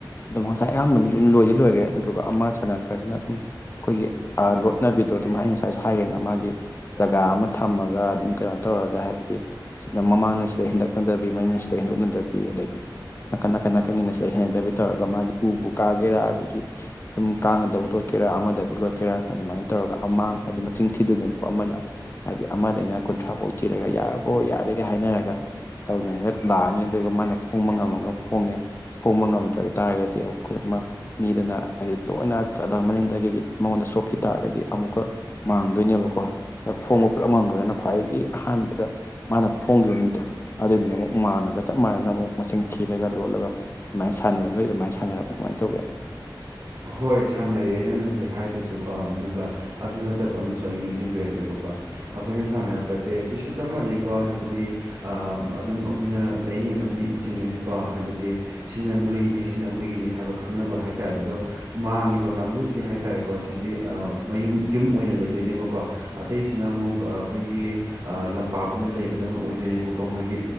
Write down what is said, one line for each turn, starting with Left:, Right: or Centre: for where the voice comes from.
Left: ꯑꯗꯨꯝ ꯉꯁꯥꯏ ꯑꯌꯥꯝꯕꯅ ꯑꯗꯨꯝ ꯂꯣꯏꯗꯤ ꯂꯣꯏꯒ꯭ꯔꯦ ꯑꯗꯨ ꯑꯗꯨꯒ ꯑꯃ ꯁꯥꯟꯅꯔꯄ ꯍꯥꯏꯁꯤꯅ ꯑꯗꯨꯝ ꯑꯩꯈꯣꯏꯒꯤ ꯑꯥ ꯂꯣꯠꯅꯕꯤꯗꯣ ꯑꯗꯨꯝ ꯑꯩ ꯉꯁꯥꯏꯁꯨ ꯍꯥꯏꯒ꯭ꯔꯦꯅ ꯃꯥꯒꯤ ꯖꯒꯥ ꯑꯃ ꯊꯝꯃꯒ ꯑꯗꯨꯝ ꯀꯩꯅꯣ ꯇꯧꯔꯒ ꯍꯥꯏꯕꯗꯤ ꯁꯤꯗ ꯃꯃꯥꯡꯅ ꯁꯤꯗꯩ ꯍꯦꯟꯗꯣꯛꯅꯗꯕꯤ ꯃꯅꯤꯡꯅ ꯁꯤꯗꯩ ꯍꯦꯟꯗꯣꯛꯅꯗꯕꯤ ꯑꯗꯥꯒꯤ ꯅꯥꯀꯟ ꯅꯥꯀꯟ ꯅꯥꯀꯟꯒꯤꯅ ꯁꯤꯗ ꯍꯦꯟꯅꯗꯕꯤ ꯇꯧꯔꯒ ꯃꯥꯒꯤ ꯎꯕꯨ ꯀꯥꯒꯦꯔ ꯑꯗꯥꯒꯤ ꯗꯨꯝ ꯀꯥꯡꯒꯗꯕꯨ ꯂꯣꯠꯀꯦꯔ ꯑꯃꯗꯕꯨ ꯂꯣꯠꯀꯦꯔ ꯑꯗꯨꯃꯥꯏꯟ ꯇꯧꯔꯒ ꯑꯃꯥ ꯍꯥꯏꯗꯤ ꯃꯁꯤꯡ ꯊꯤꯗꯣꯏꯅꯦꯕꯀꯣ ꯑꯃꯗ ꯍꯥꯏꯗꯤ ꯑꯃꯗꯩꯅ ꯀꯨꯟꯊ꯭ꯔꯥ ꯕꯥꯎ ꯊꯤꯔꯒ ꯌꯥꯔꯕ꯭ꯔꯣ ꯌꯥꯔꯦꯒ ꯍꯥꯏꯅꯔꯒ ꯇꯧꯅꯔꯒ ꯂꯥꯛꯑꯅꯤ ꯑꯗꯨꯒ ꯃꯥꯅ ꯐꯣꯡꯕ ꯉꯝꯃꯒ ꯐꯣꯡꯉꯦ ꯐꯣꯡꯕ ꯉꯝꯗ꯭ꯔꯥ ꯇꯥꯔꯒꯗꯤ ꯑꯩꯈꯣꯏ ꯑꯃ ꯃꯤꯗꯅ ꯍꯥꯏꯗꯤ ꯂꯣꯏꯅ ꯆꯠꯂꯒ ꯃꯅꯤꯡꯗꯩꯒꯤ ꯃꯉꯣꯟꯗ ꯁꯣꯛꯈꯤ ꯇꯥꯔꯒꯗꯤ ꯑꯃꯨꯛꯀ ꯃꯥꯡꯗꯣꯏꯅꯦꯕꯀꯣ ꯑꯗꯥ ꯐꯣꯡꯕ ꯄꯨꯂꯞ ꯉꯝꯒ꯭ꯔꯅ ꯈ꯭ꯋꯥꯏꯗꯒꯤ ꯑꯍꯥꯟꯕꯗ ꯃꯥꯅ ꯐꯣꯡꯈꯤꯕ ꯃꯤꯗꯣ ꯑꯗꯨꯗꯨꯅ ꯑꯃꯨꯛ ꯃꯥꯡꯉꯒ ꯆꯞ ꯃꯥꯟꯅꯅꯥ ꯑꯃꯨꯛ ꯃꯁꯤꯡ ꯊꯤꯔꯒ ꯂꯣꯠꯂꯒ ꯑꯗꯨꯃꯥꯏꯅ ꯁꯥꯟꯅꯩ ꯅꯣꯏ ꯑꯗꯨꯃꯥꯏ ꯁꯥꯟꯅꯔꯛꯄ꯭ꯔꯥ ꯀꯃꯥꯏꯟ ꯇꯧꯒꯦ
Right: ꯍꯣꯏ ꯁꯥꯟꯅꯔꯛꯑꯦ ꯅꯪꯅ ꯍꯧꯖꯤꯛ ꯍꯥꯏꯒꯤꯁꯨꯀꯣ ꯑꯗꯨꯒ ꯑꯗꯨ ꯅꯠꯇꯕ ꯑꯃꯁꯨ ꯑꯩ ꯅꯤꯡꯁꯤꯡꯕꯤꯔꯛꯀꯦꯕ ꯀꯣ ꯑꯩꯈꯣꯏꯅ ꯁꯥꯟꯅꯔꯛꯄꯁꯦ ꯁꯤꯁꯨ ꯆꯞ ꯃꯥꯟꯅꯩꯀꯣ ꯍꯥꯏꯕꯗꯤ ꯑꯥ ꯑꯗꯨꯝ ꯑꯈꯣꯏꯅ ꯂꯩꯏ ꯑꯃꯗꯤ ꯆꯤꯡꯒꯅꯤꯀꯣ ꯍꯥꯏꯕꯗꯤ ꯁꯤꯅ ꯅꯣꯏꯒꯤꯅꯤ ꯁꯤꯅ ꯑꯈꯣꯏꯒꯤꯅꯤ ꯍꯥꯏꯕ ꯈꯪꯅꯕ ꯍꯥꯏꯇꯔꯦ ꯑꯗꯣ ꯃꯥꯡꯉꯤꯕ ꯀꯥꯡꯕꯨꯁꯤ ꯍꯥꯏꯇꯔꯦꯀꯣ ꯁꯤꯗꯤ ꯑꯥ ꯃꯌꯨꯝ ꯌꯨꯝ ꯑꯣꯏꯅ ꯂꯩꯗꯣꯏꯅꯦꯕꯀꯣ ꯑꯇꯩꯁꯤꯅ ꯑꯃꯨꯛ ꯑꯥ ꯑꯈꯣꯏꯒꯤ ꯂꯝꯄꯥꯛꯀꯨꯝꯕꯗ ꯂꯩꯕꯗꯧꯅ ꯑꯣꯏꯗꯣꯏꯅꯦꯕ ꯀꯣ ꯃꯣꯏꯒꯤ